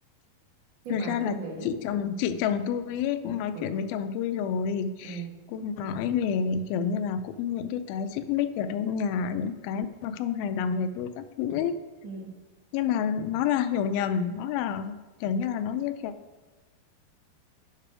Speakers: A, on the right; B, on the left.
A: nhưng
B: thật
A: mà
B: ra
A: tôi
B: là
A: nghĩ
B: chị chồng chị chồng tôi ấy, cũng nói
A: ừ
B: chuyện với chồng tôi rồi
A: ừ
B: cũng nói về kiểu như là cũng những cái cái xích mích ở trong nhà những cái mà không hài lòng về tôi các thứ ấy
A: ừ
B: nhưng mà nó là hiểu nhầm nó là kiểu như là nó như kiểu